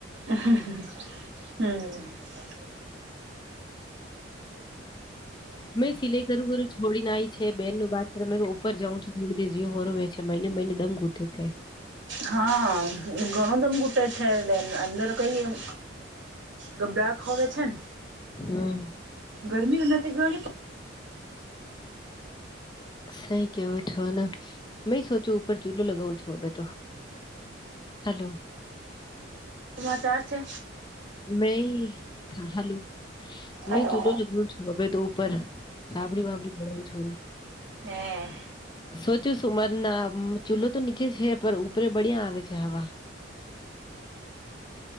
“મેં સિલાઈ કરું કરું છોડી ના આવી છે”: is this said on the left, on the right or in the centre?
Left